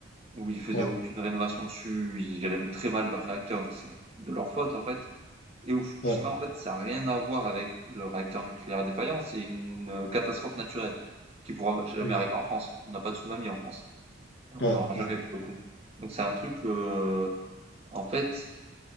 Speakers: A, on the right (about 30°); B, on the left (about 60°).
A: où ils faisaient
B: ouais,
A: aucune rénovation dessus, ils géraient même très mal leur réacteur, donc c'est de leur faute en fait. Et au Fukushima,
B: ouais.
A: en fait, ça a rien à voir avec le réacteur nucléaire défaillant, c'est une euh, catastrophe naturelle qui pourra jamais
B: Mmh.
A: arriver en France. On n'a pas de tsunami en France. On
B: Ouais,
A: n'aura
B: ouais,
A: jamais pour le coup. Donc c'est un truc, euh, en fait,